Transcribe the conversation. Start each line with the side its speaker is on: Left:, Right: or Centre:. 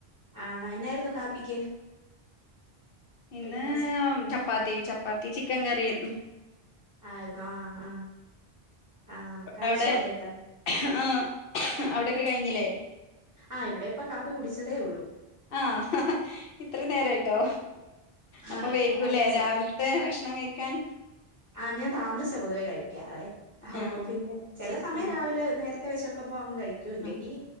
Right: ആണോ എന്നായിരുന്നു കാപ്പിക്ക്?
Left: ഇന്ന്
Right: ബ്രേക്ക്ഫാസ്റ്റ്
Left: ചപ്പാത്തി ചപ്പാത്തി ചിക്കൻ കറിയാര്ന്നു.
Right: ആര്ന്നോ ആഹ് ആഹ് ആഹ് കഴിച്ചോന്നട്ട്?
Left: അവിടെ ആഹ് അവിടെക്കെ കഴിഞ്ഞില്ലേ.
Right: ആഹ് ഇവിടെപ്പ കാപ്പി കുടിച്ചതേ ഒള്ളൂ.
Left: ആഹ് ഇത്രേം നേരായിട്ടോ. അപ്പൊ
Right: ആഹ് ഇപ്പഴാ
Left: വൈകൂലേ
Right: കഴിച്ചേ
Left: രാവിൽത്തെ ഭക്ഷണം കഴിക്കാൻ.
Right: ആഹ് ഞാൻ താമസിച്ചാ പൊതുവേ കഴിക്കാറേ, അപ്പൊ
Left: ആഹ്
Right: പിന്നെ ചെല സമയം
Left: ആഹ്
Right: രാവിലെ നേര ത്തെ വെശക്കുമ്പോ അങ്ങ് കഴിക്കും അല്ലെങ്കിൽ
Left: ആഹ്